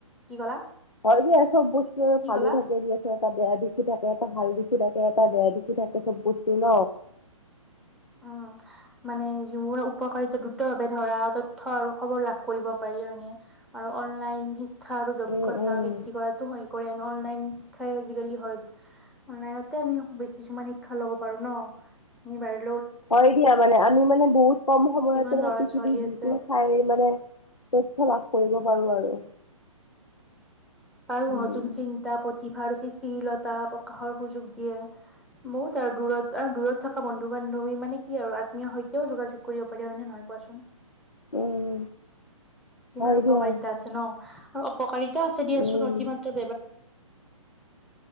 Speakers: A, in the centre; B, on the left (about 80°).
A: কি কলা?
B: হয় দিয়া, চব বস্তু
A: কি
B: ভালো
A: ক'লা
B: থাকে দিয়া <unintelligible> বেয়া দিশটো থাকে এটা ভাল দিশ কিবাকে এটা বেয়া দেখি থাকে চব বস্তু ন?
A: অ', মানে যিবোৰ উপকাৰিত দ্ৰুত ভাৱে, ধৰা তথ্য আৰু খবৰ লাভ কৰিব পাৰি <unintelligible> আৰু অনলাইন শিক্ষা আৰু দক্ষতা
B: উম উম
A: বৃদ্ধি কৰাটো হৈ কৰে, অনলাইন শিক্ষাৰে আজিকালি হয়, মানে এতিয়া কিছুমান শিক্ষা লব পাৰো ন? মোবাইল
B: হয় দিয়া মানে আমি মানে বহুত কম সময়তে
A: কিমান
B: মানে
A: ল'ৰা
B: পৃথিৱী
A: ছোৱালী
B: যিকোনো
A: আছে
B: ঠাই মানে তথ্য লাভ কৰিব পাৰো আৰু।
A: পাৰো
B: উম
A: নতুন চিন্তা, প্ৰতিভা, সৃষ্টিশীলতা প্ৰকাশৰ সুযোগ দিয়ে। বহুত আৰু দূৰত আৰু দূৰত থকা বন্ধু বান্ধৱী মানে কি আৰু আত্মীয়ৰ সৈতেও যোগাযোগ কৰিব পাৰে হয় নে নহয়? কোৱাচোন।
B: উম,
A: কিমান
B: হয়
A: উপকাৰিতা
B: দিয়া
A: আছে ন, আৰু অপকাৰিতা আছে দিয়াচো
B: উম
A: <unintelligible> ইচ হবৰো